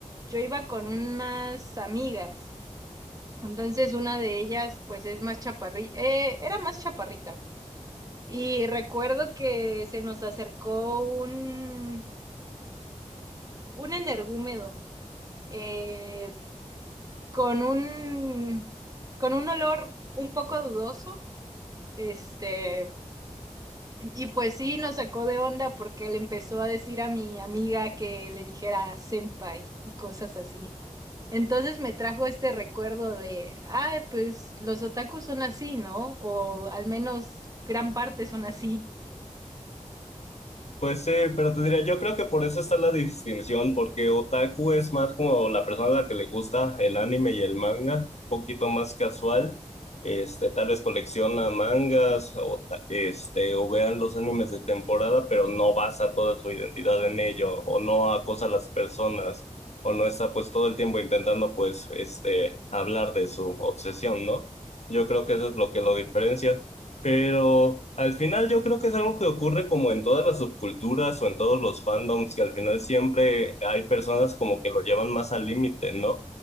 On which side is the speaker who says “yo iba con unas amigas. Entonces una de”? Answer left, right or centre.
Right